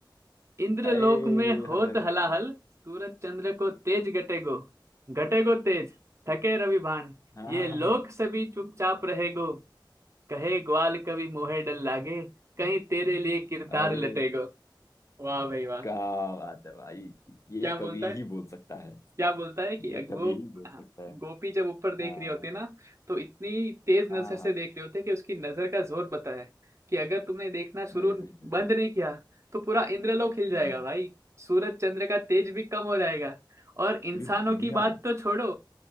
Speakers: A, on the right (about 35°); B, on the left (about 40°).
A: इंद्रलोक
B: ए
A: में होत
B: हाय हाय हाय
A: हलाहल
B: हाय।
A: सूरज चंद्र को तेज गटेगो गटेगो तेज थके रवि भान
B: हाँ
A: ये
B: हाँ
A: लोक
B: हाँ
A: सभी चुपचाप रहेगो कहे ग्वाल कभी मोहे डर लागे कहीं तेरे लिए किरदार
B: हाँ ए
A: लटेगो वाह भाई वाह
B: क्या बात है भाई ये
A: क्या बोलता
B: कवि ही बोल सकता है
A: क्या बोलता है कि
B: ये कवि
A: वो
B: ही बोल
A: हाँ,
B: सकता है
A: गोपी जब ऊपर देख
B: हाँ
A: रही होती है ना तो इतनी तेज
B: हाँ
A: नजर
B: हाँ
A: से
B: हाँ।
A: देख रही होती है कि उसकी नजर का जोर पता है कि अगर तुमने देखना शुरू
B: आए हाय हाय
A: बंद नहीं किया तो पूरा इंद्रलोक हिल जाएगा
B: हम्म
A: भाई सूरज चंद्र का तेज भी कम हो जाएगा और इंसानों
B: पूरी दुनिया
A: की बात तो छोड़ो